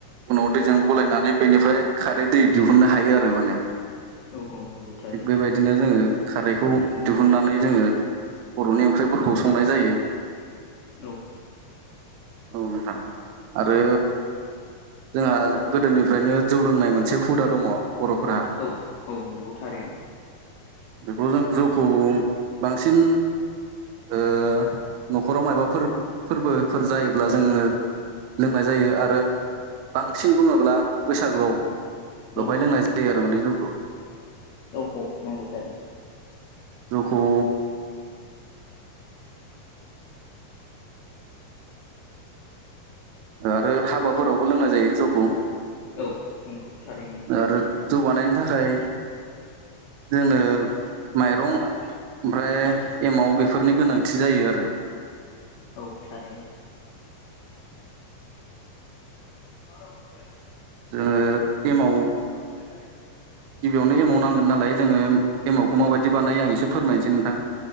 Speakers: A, on the right; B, on the left.
A: उनाव दैजों गलायनानै बेनिफ्राय खारै दै दिहुननो हायो आरो माने।
B: औ औ नंगौ। थारैनो
A: बेबायदिनो जोङो खारैखौ दिहुननानै जोङो बर'नि ओंख्रिफोरखौ संनाय जायो।
B: औ
A: औ नोंथां आरो जोंहा गोदोनिफ्रायनो जौ लोंनाय मोनसे हुदा दङ बर'फोरहा‌।
B: औ औ नंगौ थारैनो।
A: बेखौ जों जौखौ बांसिन ओ न'खराव मायाबाफोर फोरबोफोर जायोब्ला जोङो लोंनाय जायो आरो बांसिन बुङोब्ला बैसागुआव बेहाय
B: औ
A: लोंनाय जायो आरो माने जौखौ।
B: जौखौ नांगौ दे।
A: जैखौ आरो हाबाफोरावबो लोंना जायो जै खौ।
B: औ नंगौ थारैनो।
A: आरो जौगानायनि थाखाय जोंनो माइरं ओमफ्राय एमव बेफोरनि गोनांथि जायो आरो
B: औ थारैनो मा राव बुंबाय
A: जोङो एमाव
B: हा फुरै जायो
A: गिबियावनो एमाव नांगोन नालाय जोङो एमावखौ माबायदि
B: औ
A: बानायो आं एसे फोरमायनोसै नोंथां